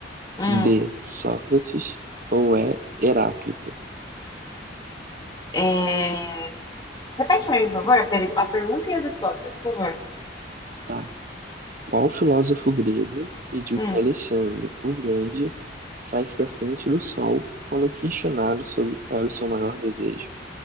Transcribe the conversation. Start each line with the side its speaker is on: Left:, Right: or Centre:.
Left: hum.
Right: D, Sócrates. Ou E, Heráclito.
Left: É... Repete pra mim, por favor, a, per- a pergunta e as respostas, por favor.
Right: Tá. Qual filósofo grego pediu
Left: Hum,
Right: que Alexandre, o Grande, saísse da frente do sol, quando questionado sobre qual era o seu maior desejo?